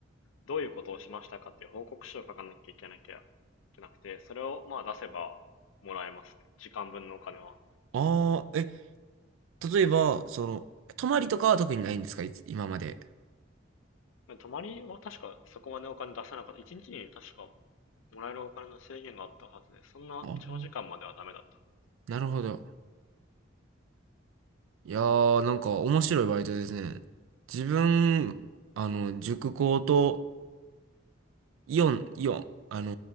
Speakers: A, on the left; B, on the right.
A: どういうことをしましたかっていう報告書を書かなきゃいけなきゃいけなくて、それをまあ出せばもらえますね。時間分のお金は。
B: ああ、え、例えば、その、泊まりとかは特にないんですかいつ、今まで。
A: 泊まりは確かそこまでお金出せなかった。1日にちに確かもらえるお金の制限があったはずで、そんな長時間まではダメだった。
B: あーなるほど。いやー、なんか面白いバイトですね。自分、あの、塾講と、イオン、イオン、あの